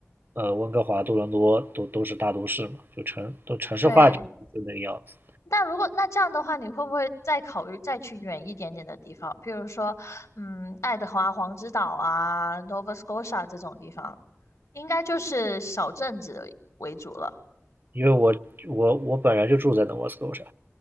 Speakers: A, on the right (about 45°); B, on the left (about 80°).
A: 呃，温哥华、多伦多都都是大都市嘛，就城都城市化就就那个样子。
B: 对。那如果那这样的话，你会不会再考虑再去远一点点的地方，比如说，嗯，爱德华黄之岛啊，Nova Scotia 这种地方，应该就是小镇子为主了。
A: 因为我我我本人就住在 Nova Scotia，